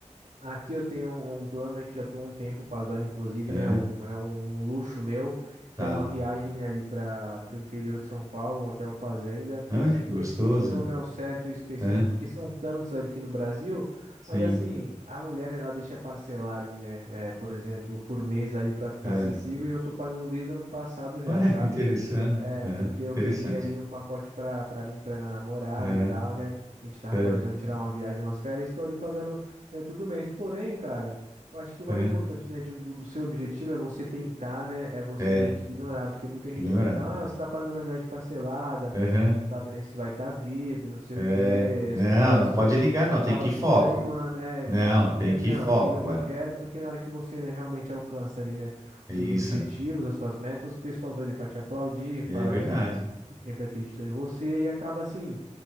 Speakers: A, on the right; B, on the right.
A: Aqui eu tenho um um plano, né, que já estou um tempo pagando, inclusive,
B: aham,
A: né, um, é um luxo meu, que
B: tá.
A: é uma viagem, né, ali para o interior de São Paulo, um hotel fazenda.
B: Olha que
A: Eu
B: gostoso.
A: esqueci o nome ao certo e específico,
B: Aham,
A: porque são tantos ali aqui no Brasil,
B: sim.
A: mas assim, a mulher, né, ela deixa parcelar ali, né, é, por exemplo, por mês ali para ficar
B: É.
A: acessível e eu tô pagando desde o ano passado já,
B: Olha
A: sabe?
B: que interessante.
A: É,
B: Aham,
A: porque eu
B: interessante.
A: peguei ali um pacote pra, pra mim, e pra minha namorada
B: Aham,
A: e tal, né? A gente tava
B: é,
A: planejando tirar uma viagem, umas férias, estou ali pagando, né, todo mês. Porém, cara, eu acho que o mais
B: aham.
A: importante, né, de- do, do seu objetivo é você tentar, né? É você
B: É,
A: meio que ignorar, porque muita gente
B: ignorar.
A: aqui fala, ah, você tá pagando uma viagem parcelada,
B: Aham,
A: não sabe nem se vai estar vivo e não sei
B: é.
A: o quê,
B: Não,
A: essas coisas
B: não pode
A: que.
B: ligar, não.
A: que acaba
B: Tem que ir
A: te
B: foco.
A: desanimando, é, e
B: Não,
A: você tem que
B: tem
A: ir ali,
B: que
A: não,
B: ir foco,
A: aquilo que eu
B: é.
A: quero, porque na hora que você, né, realmente alcança ali, né?
B: É
A: seus
B: isso.
A: objetivos, as suas metas, o pessoal tá ali pra te aplaudir, fala
B: É verdade.
A: que sempre acreditou em você e acaba assim.